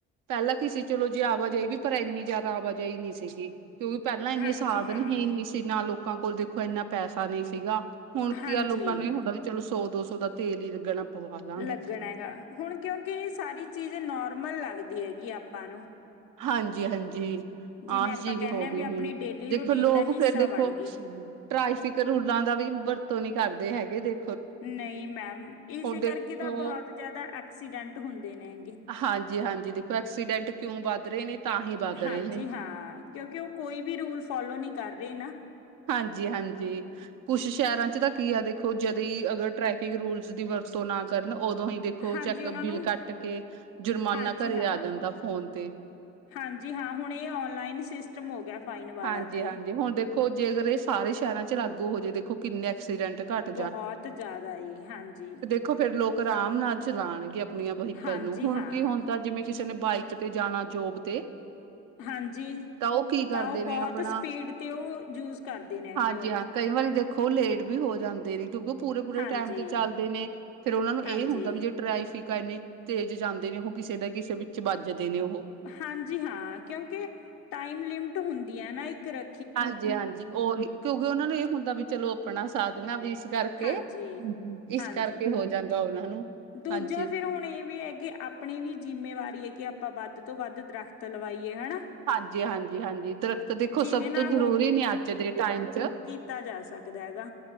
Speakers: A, on the right; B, on the left.
A: ਪਹਿਲਾਂ ਕੀ ਸੀ ਚਲੋ ਜੀ ਆਵਾਜਾਈ ਵੀ, ਪਰ ਇੰਨੀ ਜ਼ਿਆਦਾ ਆਵਾਜਾਈ ਨਹੀਂ ਸੀਗੀ ਕਿਉਂਕਿ ਪਹਿਲਾਂ ਇੰਨੇ
B: ਹਾਂਜੀ
A: ਸਾਧਨ
B: ਹਾਂ।
A: ਹੀ ਨਹੀਂ ਸੀ ਨਾ, ਲੋਕਾਂ ਕੋਲ ਦੇਖੋ ਇੰਨਾ ਪੈਸਾ ਨਹੀਂ ਸੀਗਾ ਹੁਣ
B: ਹਾਂਜੀ
A: ਕੀ ਆ ਲੋਕਾਂ ਨੂੰ ਇਹ ਹੁੰਦਾ, ਵੀ ਚਲੋ ਸੌ ਦੋ ਸੌ ਦਾ ਤੇਲ ਹੀ ਲੱਗਣਾ ਪਵਾ ਲਾਂਗੇ
B: ਲੱਗਣਾ ਹੈਗਾ, ਹੁਣ ਕਿਉਂਕਿ ਇਹ ਸਾਰੀ ਚੀਜ਼ ਨੋਰਮਲ ਲੱਗਦੀ ਹੈਗੀ ਆਪਾਂ ਨੂੰ
A: ਹਾਂਜੀ ਹਾਂਜੀ
B: ਜਿਵੇਂ
A: ਆਹ
B: ਆਪਾਂ
A: ਚੀਜ਼
B: ਕਹਿੰਦੇ
A: ਹੋ
B: ਹਾਂ
A: ਗਈ
B: ਵੀ ਆਪਣੀ
A: ਹੁਣ,
B: ਡੇਲੀ
A: ਦੇਖੋ
B: ਰੂਟੀਨ
A: ਲੋਕ
B: ਦਾ ਹਿੱਸਾ
A: ਫੇਰ ਦੇਖੋ
B: ਬਣ ਗਈ।
A: ਟਰੈਫਿਕ ਰੂਲਾਂ ਦਾ ਵੀ ਵਰਤੋਂ ਨੀ ਕਰਦੇ ਹੈਗੇ ਦੇ
B: ਨਹੀਂ ਮੈਡਮ ਇਸੇ
A: ਦੇਖੋ
B: ਕਰਕੇ ਤਾਂ ਬਹੁਤ ਜ਼ਿਆਦਾ ਐਕਸੀਡੈਂਟ ਹੁੰਦੇ ਨੇ
A: ਹਾਂਜੀ ਹਾਂਜੀ ਦੇਖੋ ਐਕਸੀਡੈਂਟ ਕਿਉਂ ਵੱਧ ਰਹੇ ਨੇ, ਤਾਂ ਹੀ ਵੱਧ ਰਹੇ
B: ਹਾਂਜੀ
A: ਨੇ
B: ਹਾਂ ਕਿਉਂਕਿ ਉਹ ਕੋਈ ਵੀ ਰੂਲ ਫੋਲੋ ਨੀ ਕਰ ਰਹੇ ਨਾ
A: ਹਾਂਜੀ ਹਾਂਜੀ ਕੁਛ ਸ਼ਹਿਰਾਂ ਚ ਤਾਂ ਕੀ ਆ ਦੇਖੋ ਜਦੋਂ ਈ ਅਗਰ ਟ੍ਰੈਫਿਕ ਰੂਲਸ ਦੀ ਵਰਤੋਂ ਨਾ ਕਰਨ ਉਦੋਂ ਈ ਦੇਖੋ
B: ਹਾਂਜੀ
A: ਚੈੱਕਅਪ
B: ਉਹਨਾਂ ਨੂੰ
A: ਬਿੱਲ ਕੱਟ ਕੇ ਜੁਰਮਾਨਾ
B: ਹਾਂਜੀ
A: ਘਰੇ
B: ਹਾਂ।
A: ਆ ਜਾਂਦਾ ਫੋਨ ਤੇ
B: ਹਾਂਜੀ ਹਾਂ ਹੁਣ ਇਹ ਓਨਲਾਈਨ ਸਿਸਟਮ ਹੋ ਗਿਆ ਫਾਈਨ ਵਾਲਾ
A: ਹਾਂਜੀ-ਹਾਂਜੀ
B: ਤਾ ਜੀ
A: ਹੁਣ ਦੇਖੋ ਜੇ ਅਗਰ ਇਹ ਸਾਰੇ ਸ਼ਹਿਰਾਂ ਚ ਲਾਗੂ ਹੋ ਜੇ ਦੇਖੋ ਕਿੰਨੇ ਐਕਸੀਡੈਂਟ ਘੱਟ
B: ਬਹੁਤ ਜ਼ਿਆਦਾ ਜੀ ਹਾਂਜੀ
A: ਵੇਖੋ ਫੇਰ ਲੋਕ ਆਰਾਮ ਨਾਲ ਚਲਾਉਣਗੇ ਆਪਣੀਆਂ ਵਹੀਕਲ
B: ਹਾਂਜੀ
A: ਨੂੰ ਹੁਣ
B: ਹਾਂ
A: ਕੀ ਹੁਣ ਤਾਂ ਜਿਵੇਂ ਕਿਸੇ ਨੇ ਬਾਈਕ ਤੇ ਜਾਣਾ ਜੋਬ ਤੇ
B: ਹਾਂਜੀ
A: ਤਾਂ ਉਹ ਕੀ ਕਰਦੇ
B: ਤਾਂ ਉਹ ਬਹੁਤ
A: ਨੇ ਆਪਣਾ
B: ਸਪੀਡ ਤੇ ਉਹ ਯੂਜ ਕਰਦੇ ਨੇ
A: ਹਾਂਜੀ
B: ਗੇ ਉਨੂੰ
A: ਹਾਂ ਕਈ ਵਾਰੀ ਦੇਖੋ ਲੇਟ ਵੀ ਹੋ ਜਾਂਦੇ ਨੇ ਕਿਉਂਕਿ ਪੂਰੇ ਪੂਰੇ
B: ਹਾਂਜੀ
A: ਟਾਈਮ ਤੇ ਚਲਦੇ ਨੇ ਫੇਰ ਉਨਾਂ ਨੂੰ ਇਹ
B: ਹਾਂਜੀ
A: ਹੁੰਦਾ ਵੀ ਜੇ ਟਰਾਇਫਿਕ ਆ ਇੰਨੀ ਤੇਜ਼ ਜਾਂਦੇ ਨੇ ਉਹ ਕਿਸੇ ਨਾ ਕਿਸੇ ਵਿੱਚ ਵੱਜਦੇ ਨੇ ਉਹ
B: ਹਾਂਜੀ ਹਾਂ ਕਿਉਂਕਿ ਟਾਈਮ ਲਿਮਿਟ ਹੁੰਦੀ ਆ ਨਾ ਇੱਕ ਰ
A: ਹਾਂਜੀ ਹਾਂਜੀ ਉਹੀ ਕਿਉਂਕਿ ਉਨਾਂ ਨੂੰ ਇਹ ਹੁੰਦਾ ਵੀ ਚਲੋ ਆਪਣਾ ਸਾਧਨਾ ਵੀ ਇਸ ਕਰਕੇ
B: ਹਾਂਜੀ
A: ਕੇ ਇਸ
B: ਹਾਂਜੀ
A: ਕਰਕੇ ਹੋ ਜਾਂਦਾ ਉਨਾਂ ਨੂੰ
B: ਦੂਜਾ
A: ਹਾਂਜੀ-ਹਾਂਜੀ,
B: ਫੇਰ ਹੁਣ ਇਹ ਵੀ ਐ ਕਿ ਆਪਣੀ ਵੀ ਜਿੰਮੇਵਾਰੀ ਐ ਕਿ ਆਪਾਂ ਵੱਧ ਤੋਂ ਵੱਧ ਦਰਖਤ ਲਵਾਈਏ ਹਨਾ
A: ਹਾਂਜੀ ਹਾਂਜੀ ਹਾਂਜੀ ਦਰਖਤ ਦੇਖੋ
B: ਜਿਹਦੇ
A: ਸਭ
B: ਨਾਲ
A: ਤੋਂ ਜ਼ਰੂਰੀ ਨੇ ਅੱਜ ਦੇ ਟਾਈਮ ਚ
B: ਦਿੱਤਾ ਜਾ ਸਕਦਾ ਗਾ